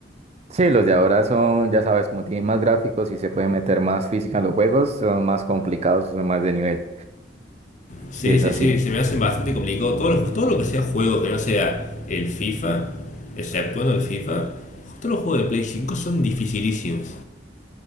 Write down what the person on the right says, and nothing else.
Sí, los de ahora son, ya sabes, como tienen más gráficos y se puede meter más física en los juegos, son más complicados y son más de nivel.
Sí, es
así.